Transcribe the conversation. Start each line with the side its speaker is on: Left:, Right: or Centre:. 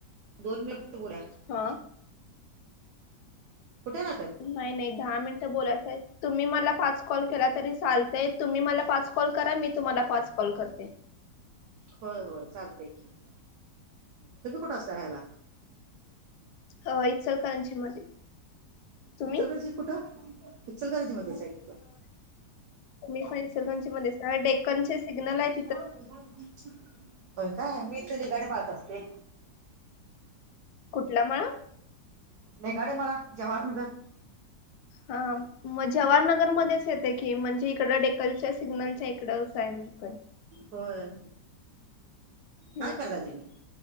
Right: दोन मिनिट फक्त बोल्या.
Left: हा
Right: कुठे ना
Left: नाही नाही दहा मिनटं बोलायचय तुम्ही मला पाच कॉल केला तरी चाल तुम्ही मला पाच कॉल करा मी तुम्हाला पाच कॉल करते.
Right: होय होय चालते की, तुम्ही कुठं असता राहायला
Left: हो इचलकरंजी मध्ये. तुम्ही
Right: इचलकरंजी कुठं. इचलकरंजी मध्ये च आहे काय
Left: मी पण इचलकरंजी मध्ये च आहे. डेकन चे सिग्नल आहेत
Right: हो हो. तू बोल <unintelligible> होय का मी इथं निदाडे मळ्यात असते.
Left: कुठला मळा
Right: लेगाडेमाळा जवाहरनगर.
Left: हां मग जवाहरनगरमध्येच येते की म्हणजे इकडं डेकलच्या सिग्नलच्या इकडंच सायंकल
Right: होय.
Left: ह
Right: काय करताय तिकडं